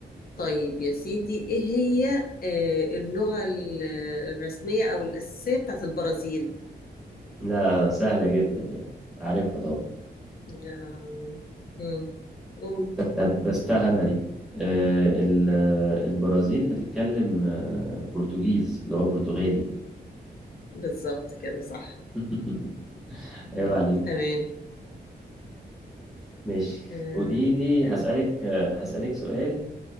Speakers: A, on the left; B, in the centre.
A: طيب يا سيدي ايه هي آه، اللغة ال- الرسمية او الاساسية بتاعت البرازيل
B: لا سهلة جدا يعني عارفها طبعا
A: آه، مم. قول
B: درستها دي آه، ال- آه، البرازيل بتتكلم آه، برتغيز اللي هو برتغالي
A: بالظبط كده صح
B: <laughs> عيب
A: مم.
B: عليك
A: تمام
B: ماشي
A: آه،
B: قولي لي
A: احنا
B: هسألك آه، هسألك سؤال